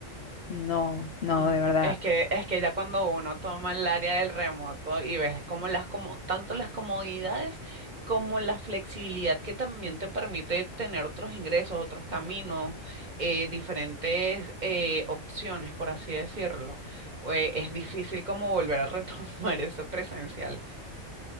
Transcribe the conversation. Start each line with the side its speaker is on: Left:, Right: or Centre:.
Left: No, no,
Right: No,
Left: de verdad.
Right: es que, es que ya cuando uno toma el área del remoto y ves como las como tanto las comodidades como la flexibilidad que también te permite tener otros ingresos, otros caminos, eh, diferentes eh, opciones, por así decirlo. eh, es difícil como volver a retomar <laughs> eso presencial.